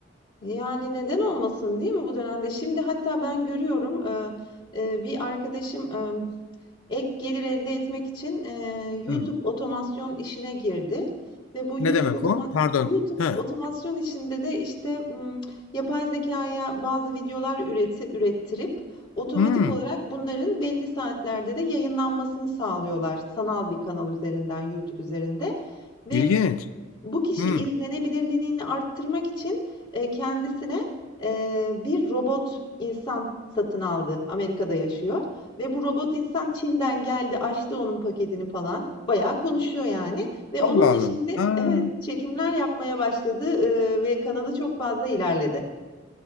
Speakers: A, on the left (about 25°); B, on the left (about 85°).
A: Yani neden olmasın değil mi bu dönemde? Şimdi hatta ben görüyorum e, e, bir arkadaşım e, Ek gelir elde etmek için, eee, YouTube
B: Hmm.
A: otomasyon işine girdi ve bu YouTube
B: Ne demek
A: otoma
B: o? Pardon.
A: YouTube
B: He.
A: otomasyon işinde de, işte, ımm, yapay zekaya bazı videolar üreti ürettirip otomatik
B: Hmm.
A: olarak bunların belli saatlerde de yayınlanmasını sağlıyorlar sanal bir kanal üzerinden, YouTube üzerinde ve
B: İlginç.
A: bu kişi
B: Hmm.
A: izlenebilirliğini arttırmak için, eee, kendisine, eee, bir robot insan satın aldı. Amerika'da yaşıyor. Ve bu robot insan Çin'den geldi, açtı onun paketini falan. Bayağı konuşuyor yani ve onunla
B: Allah Allah.
A: şimdi
B: Ha.
A: evet, çekimler yapmaya başladı, eee, ve kanalı çok fazla ilerledi.